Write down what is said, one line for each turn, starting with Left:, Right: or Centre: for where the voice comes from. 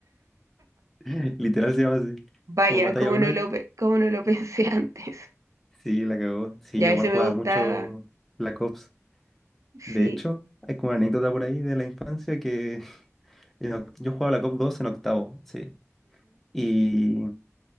Centre: <laughs> literal se llama así,
Right: Vaya,
Centre: como matáis
Right: cómo
Centre: a uno,
Right: no lo,
Centre: y-
Right: pe- cómo no lo <laughs> pensé antes.
Centre: sí, la cagó, sí,
Right: Ya,
Centre: yo
Right: ese
Centre: igual jugaba
Right: me gustaba.
Centre: mucho Black Ops.
Right: Sí.
Centre: De hecho, hay como una anécdota por ahí de la infancia que <laughs> en oc- yo jugaba la COP 2 en octavo, sí. Y